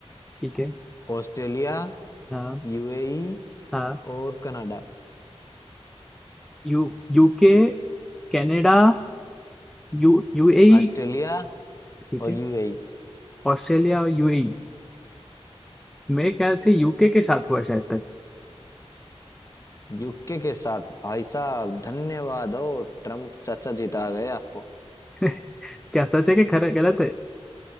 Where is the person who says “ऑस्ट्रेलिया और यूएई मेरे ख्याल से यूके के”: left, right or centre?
Centre